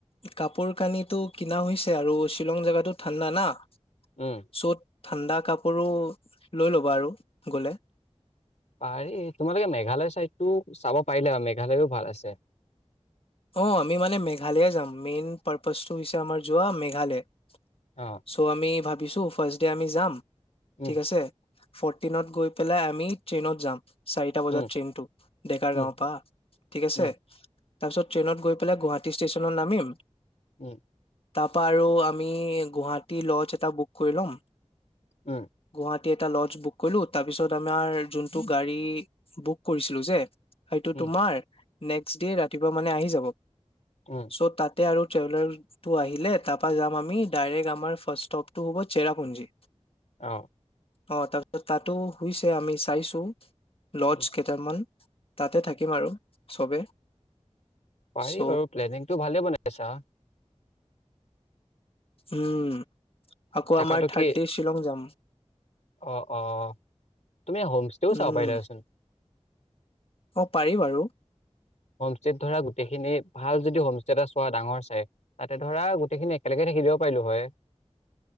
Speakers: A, on the left (about 55°); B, on the left (about 80°).
A: কাপোৰ কানিটো কিনা হৈছে আৰু শ্বিলং জাগাটো ঠাণ্ডা না
B: উম।
A: চ'ত ঠাণ্ডা কাপোৰো লৈ ল'বা আৰু গ'লে।
B: পাৰি তোমালোকে মেঘালয় চাইডটো চাব পাৰিলে আৰু মেঘালয়ো ভাল আছে।
A: অ', আমি মানে মেঘালয়ে যাম মেইন পাৰ্পচটো হৈছে আমাৰ যোৱা মেঘালয়।
B: অ
A: চ' আমি ভাবি ভাবিছো ফাৰ্ষ্ট ডে আমি যাম।
B: উম
A: ঠিক আছে। ফ'ৰ্টিনত গৈ পেলাই আমি ট্ৰেইনত যাম। চাৰিটা বজাত
B: উম
A: ট্ৰেইনতটো ডেকাৰ
B: উম
A: গাঁওৰ পৰা, ঠিক আছে।
B: উম
A: তাৰপিছত ট্ৰেইনত গৈ পেলাই গুৱাহাটী ষ্টেচনত নামিম।
B: উম।
A: তাৰপা আৰু আমি গুৱাহাটী ল'জ এটা বুক কৰি লম।
B: উম
A: গুৱাহাট এটা লজ বুক কৰিলো, তাৰপিছত আমাৰ যোনটো গাড়ী বুক কৰিছিলো যে সেটো
B: উম
A: তোমাৰ নেক্সট ডে ৰাতিপুৱা মানে আহি যাব।
B: উম
A: চ' তাতে আৰু <unintelligible> আহিলে তা পা যাম আমি ডাইৰেক্ট আমাৰ ফাষ্ট ষ্টপটো হ'ব, চেৰাপুঞ্জী।
B: অহ।
A: অ', তা তাতো হোইছে আমি চাইছো। লজ
B: উম
A: কেইটামন তাতে থাকিম আৰু চবে
B: পাৰি
A: চ'
B: বাৰু প্লেনিংটো ভালে বনাইছা
A: উম আকৌ
B: থাকাটো
A: আমাৰ থাৰ্ড
B: কি
A: ডে শ্বিলং যাম
B: অ অ অ তুমি হমষ্টেও চাাব
A: উম
B: পাইিলচোন
A: অ পাৰি বাৰু
B: হোমষ্টত ধৰা গোটেইখিনি ভাল যদি হোমষ্টে এটা চোৱা ডাঙৰ চাই তাতে ধৰা গোটেইখিনি একেলগে থাকিলিবও পাৰিলো হয়